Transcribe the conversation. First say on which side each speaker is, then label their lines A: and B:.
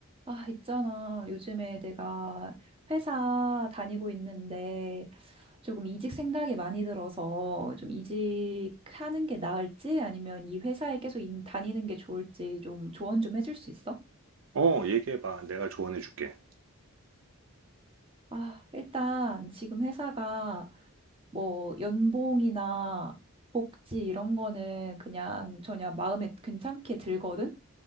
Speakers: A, on the right; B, on the right.
A: 아, 있잖아. 요즘에 내가 회사 다니고 있는데 조금 이직 생각이 많이 들어서 좀 이직하는 게 나을지 아니면 이 회사에 계속 인- 다니는 게 좋을지 좀 조언 좀 해줄 수 있어?
B: 어, 얘기해봐. 내가 조언해줄게.
A: 아, 일단 지금 회사가 뭐 연봉이나 복지 이런 거는 그냥 전혀 마음에 괜찮게 들거든?